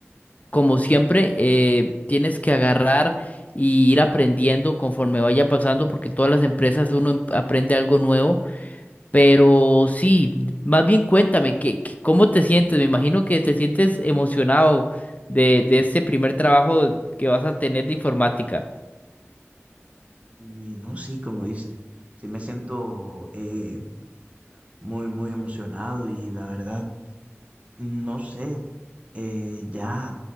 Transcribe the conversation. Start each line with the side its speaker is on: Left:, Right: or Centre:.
Left: como siempre, eh, tienes que agarrar y ir aprendiendo conforme vaya pasando, porque todas las empresas uno em- aprende algo nuevo. Pero sí, más bien cuéntame, ¿qué, qué- cómo te sientes? Me imagino que te sientes emocionado de, de este primer trabajo que vas a tener de informática.
Right: Y no, sí, como dices, sí me siento eh, muy, muy emocionado y la verdad, no sé, eh, ya